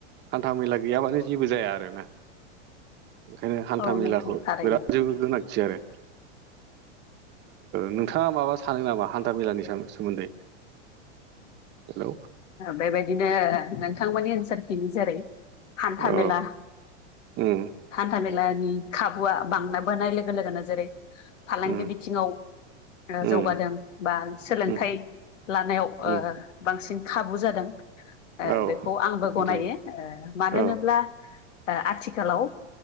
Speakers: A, on the right (about 30°); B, on the left (about 80°).
A: हान्था मेला गैयाबानो जेबो जाया आरोना ओंखायनो हान्था
B: औ
A: मेलाखौ
B: नोंथां थारैनो
A: बिराद गोनांथि आरो नोंथाङा माबा सानो नामा हान्थाामेलानि सोमोन्दै? हेलौ
B: बेबायदिनो नोंथांमोननि नसार फिनो जेरै हान्था
A: औ
B: मेला
A: उम
B: थान्था मेला खाबुआ बांना बोनाय लोगो लोगोनो जेरै, फालांगि
A: उम
B: बिथिङाव जौगादों
A: उम
B: बा सोलोंथाइ
A: उम
B: लानायाव बांसिन
A: उम
B: खाबु जादों।
A: औ
B: बेखौ आंबो
A: नोंथां
B: गनायो मानो
A: औ
B: होनोब्ला आथिखाल आथिखालाव,